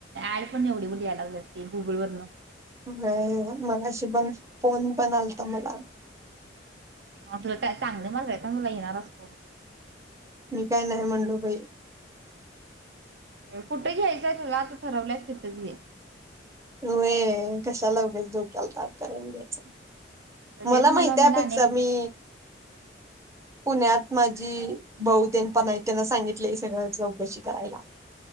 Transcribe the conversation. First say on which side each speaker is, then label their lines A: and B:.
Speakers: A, on the right; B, on the right.
A: ऍड पण एवढी यायला लागलेट की गुगल वरन.
B: <unintelligible> मगाशी बंग फोन पण आलत मला.
A: हा तुला चांगल मार्क आहे ना तुला येणारच फोन.
B: मी काय नाही म्हणलो बई.
A: कुठं घ्यायचंय तुला आता ठरवल्याच तिथंच घे.
B: हो ये कशाला उगच धोक्याला ताप करून द्यायच. मला
A: तेच म्हणलं
B: माहिती त्यापेक्षा
A: मला अनेक
B: मी
A: काय
B: पुण्यात माझी. बहुतेन पण आहे त्यांना सांगितलंय सगळं चौकशी करायला.